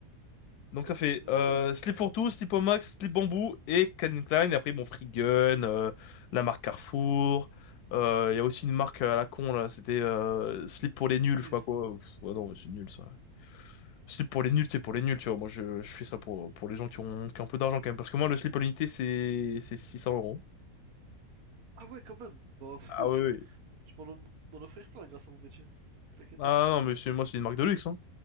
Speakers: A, on the left (about 80°); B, on the right (about 70°).
A: Donc
B: Ok,
A: ça fait
B: t'es devant
A: euh,
B: eux aussi.
A: Slip for Two, Slip Max, Slip Bamboo et Calvin Klein. Et après, bon, Free Gun, euh, la marque Carrefour. Euh, Il y a aussi une marque à la con, là. C'était euh, Slip pour les nuls,
B: Ils me disent.
A: je sais pas quoi. Pff, ouais, non, c'est nul, ça. Slip pour les nuls, c'est pour les nuls, tu vois. Moi, je, je fais ça pour, pour les gens qui ont, qui ont un peu d'argent, quand même. Parce que moi, le slip à l'unité, c'est c'est 600 euros.
B: Ah ouais, quand même. Bah, fou,
A: Ah
B: je,
A: oui, oui.
B: je peux en- m'en offrir plein grâce à mon métier. T'inquiète
A: Ah
B: pas pour ça.
A: non, mais c'est moi, c'est une marque de luxe, hein.